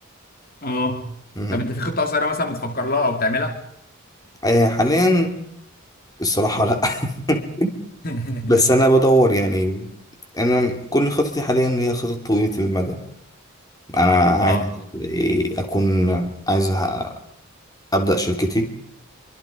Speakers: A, on the left; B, on the left.
A: اه
B: مهم.
A: طب انت في خطه قصيره مثلا بتفكر لها او بتعملها
B: آه، حاليا الصراحة لا <laughs>
A: <laughs>
B: بس انا بدور يعني انا كل خططي حاليا هي خطط طويلة المدى انا عايز
A: اه
B: إيه، اكون عايز ه- ابدأ شركتي